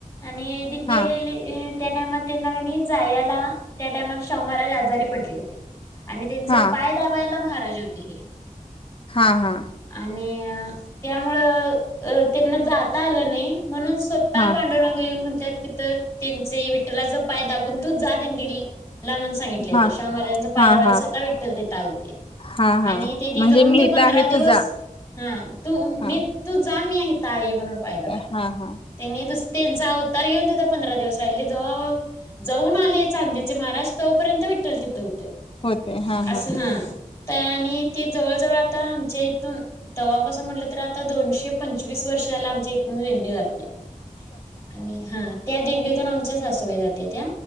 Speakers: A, on the left; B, on the left.
A: आणि दिंडी
B: हा
A: आलेली त्या टाइमात त्यांना कनई जायाला, त्या टायमाला शाहूमहाराज आजारी पडले होते. आणि त्यांचं
B: हा
A: पाय दाबायला महाराज होते हे.
B: हां.. हा..
A: आणि त्यामुळं त्यांना जाता आलं नाही म्हणून स ता
B: हा
A: पांडुरंग येऊन म्हणत्यात, तिथं त्यांचे विठ्ठलाचं पाय दाबून, तू जा दिंडीला म्हणून. सांगितलेलं
B: हा
A: शाहू महाराजांच रा पायदाबायला
B: हा हा
A: स्वतः विठ्ठल तिथं आलते
B: हा हा
A: आणि तेथे
B: म्हणजे
A: जाऊन
B: मी
A: ते
B: इथं
A: पंधरा
B: आहे
A: दिवस
B: तुझा
A: तू
B: हा
A: मी तू जा, मी इथं आहे पाय दाबायला
B: ते- हा हा
A: त्यांनीस त्यांचा अवतार घेऊन तथ पंधरा दिवस राहिले जवळ जाऊन आले चांदीेचे महाराज तोपर्यंत विेठल तिथे होत्य
B: होते हा
A: असं हा तर आणि ते जवळ जवळ आता आमच्या इथून तव्हापासून म्हटलं तर आता दोनशे पंचवीस वर्षाला आमच्या इथून दिंडी जाते आणि हा त्या दिंडीतून आमच्या सासू बाईजाते त्या